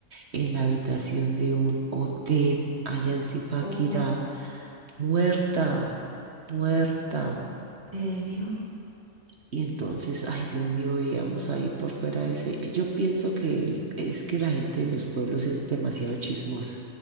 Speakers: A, on the right; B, on the right.
A: en la habitación de un hotel allá en Zipaquirá,
B: uf,
A: muerta, muerta.
B: ¿en serio?
A: Y entonces, ay Dios mío, veíamos ahí por fuera de ese. Yo pienso que el- es que la gente de los pueblos es demasiado chismosa.